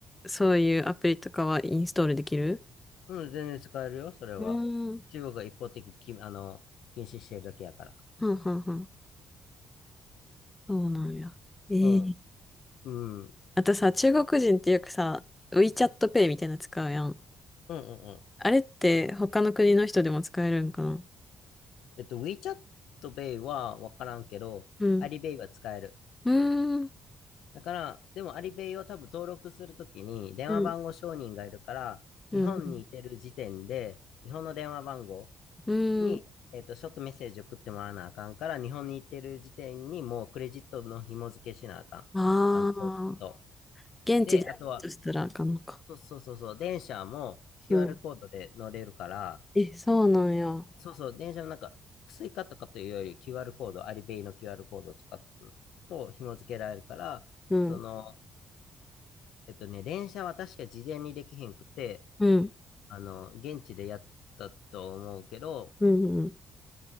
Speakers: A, on the left; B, on the left.
A: そういうアプリとかはインストールできる
B: うん、全然使えるよ、それは。
A: うーん、
B: 中国が一方的にき、あの、禁止してるだけやから。
A: はんはんはん。そうなんや。ええ
B: うん。うん。うん
A: あとさ、中国人ってよくさ、WeChat Pay みたいなの使うやん。
B: うんうん。
A: あれって他の国の人でも使えるんかな
B: えっと、WeChat Pay はわからんけど、
A: うん。
B: Alipay は使える。
A: うーん。
B: だから、でも Alipay を多分登録するときに電話番号承認がいるから、
A: うん。うん。
B: 日本にいてる時点で、日本の電話番号
A: うん。
B: に、えっと、ショートメッセージ送ってもらわなあかんから、日本にいてる時点にもうクレジットの紐付けしなあかん。
A: ああ
B: あの、登録と。
A: ー、現地でやるとしたらあかんのか。
B: で、あとは、そうそうそうそう、電車も QR
A: うん。
B: コードで乗れるから、
A: え、そうなんや。
B: そうそう、電車のなんか、スイカとかというより QR コード、アリベイの QR コードとかと紐付けられるから、
A: うん。
B: その、えっとね、電車は確か事前にできへんくて、
A: うん。
B: あの、現地でやったと思うけど、
A: うん。うん。